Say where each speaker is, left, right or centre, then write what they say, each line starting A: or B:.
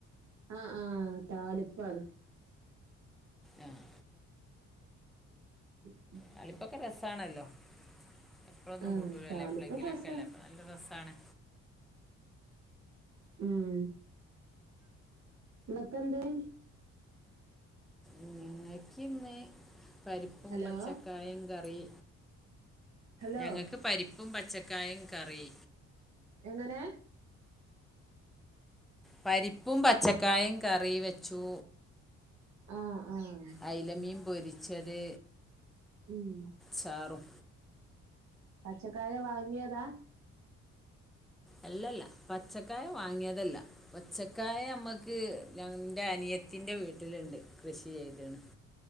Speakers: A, on the right; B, in the centre.
A: ആഹ് ആഹ് താളിപ്പാണ്
B: ആഹ്
A: ഉ ഉം
B: താളിപ്പൊക്കെ രസാണല്ലോ എപ്ളൊന്നും
A: ആഹ്
B: കൂട്ടൂലല്ലേ
A: താളിപ്പൊക്കെ
B: എപ്ലങ്കിലൊക്കല്ലേ
A: രസാ
B: അപ്പൊ നല്ല രസാണ്
A: ഉം ങ്ങക്കെന്തെയ്
B: ഉം ഇങ്ങക്കിന്ന് പരിപ്പും
A: ഹലോ
B: പച്ചക്കായും കറി
A: ഹലോ
B: ഞങ്ങക്ക് പരിപ്പും പച്ചക്കായും കറി
A: എങ്ങനെ
B: പരിപ്പും പച്ചക്കായും കറി വെച്ചു
A: ആഹ് ആഹ്
B: അയ്ല മീൻ പൊരിച്ചത്
A: ഉം
B: ചാറും
A: പച്ചക്കായ വാങ്ങിയതാ
B: അല്ലല്ല പച്ചക്കായ വാങ്ങിയതല്ല പച്ചക്കായ അമ്മക്ക് ഇന്റെ അനിയത്തിന്റെ വീട്ട്ല്ണ്ട് കൃഷി ചെയ്ത്ണ്